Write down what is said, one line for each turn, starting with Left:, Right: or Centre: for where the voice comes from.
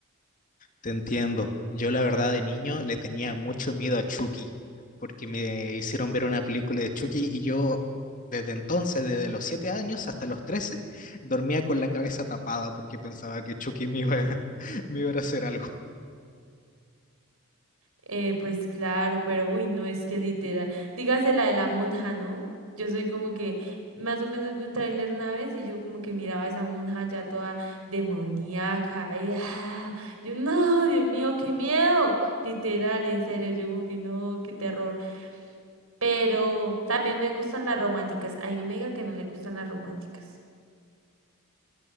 Left: Te entiendo. Yo la verdad de niño le tenía mucho miedo a Chucky, porque me hicieron ver una película de Chucky y yo desde entonces, desde los 7 años hasta los 13, dormía con la cabeza tapada porque pensaba que Chucky me iba, <laughs> me iba a hacer algo.
Right: Eh, pues claro, pero uy, no es que literal. Dígase la de la monja, ¿no? Yo soy como que más o menos vi un tráiler una vez y yo como que miraba a esa monja ya toda demoníaca. Y, ah, yo, no, Dios mío, qué miedo. Literal, en serio, yo como que no, qué terror. Pero también me gustan las románticas. Ay, no me diga que no le gustan las románticas.